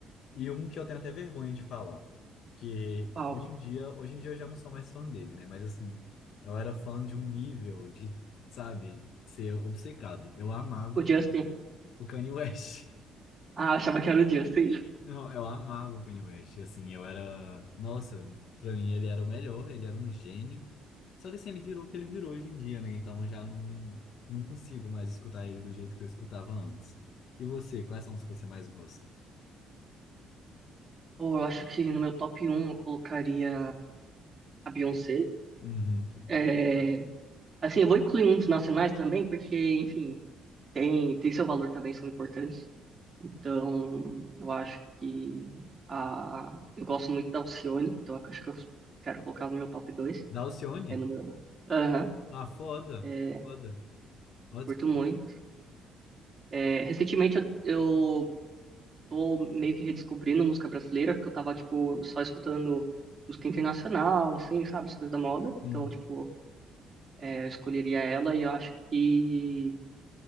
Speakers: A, on the left; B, on the right.
A: E um que eu tenho até vergonha de falar, que
B: Uau.
A: hoje em dia, hoje em dia eu já não sou mais fã dele, né? Mas assim, eu era fã de um nível de, sabe, ser obcecado. Eu amava
B: O Justin.
A: o Kanye West.
B: Ah, eu achava que era o Justin.
A: Não, eu amava o Kanye West, assim, eu era... Nossa, pra mim ele era o melhor, ele era um gênio. Só que assim, ele virou o que ele virou hoje em dia, né? Então eu já não, não consigo mais escutar ele do jeito que eu escutava antes. E você, quais são os que você mais gosta?
B: Pô, eu acho que no meu top um eu colocaria a Beyoncé.
A: Uhum.
B: É, assim, eu vou incluir uns nacionais também, porque, enfim, tem, tem seu valor também, são importantes. Então, eu acho que a, eu gosto muito da Alcione, então eu acho que eu quero colocar no meu top dois
A: Da Alcione?
B: É no meu. Aham.
A: Ah, foda,
B: é,
A: foda. Ó, desculpa.
B: curto muito. É, recentemente eu, eu tô meio que redescobrindo música brasileira, porque eu tava, tipo, só escutando música internacional, assim, sabe, as coisas da moda.
A: Sim,
B: Então, tipo, é, eu escolheria ela e eu acho que